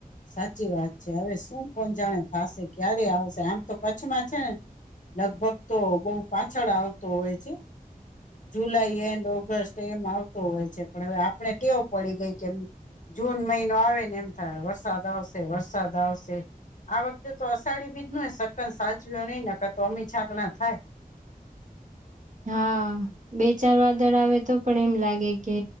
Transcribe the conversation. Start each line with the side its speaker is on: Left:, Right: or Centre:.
Left: સાચી વાત છે. હવે શું કોણ જાણે થાશે, ક્યારે આવશે આમ તો કચ્છમાં છેને. લગભગ તો બઉ પાછળ આવતો હોય છે. જુલાઈ એન્ડ ઓગસ્ટ એમ આવતો હોય છે, પણ હવે આપણે ટેવ પડી ગઈ કેમ. જૂન મહિનો આવે ને એમ થાય વરસાદ આવશે વરસાદ આવશે. આ વખતે તો અષાઢી બીજ નોય સક્કન સાચવ્યોં નહી નકર તો અમી છાંટણા થાય.
Right: હા. બે ચાર વાદળ આવે તો પણ એમ લાગે કે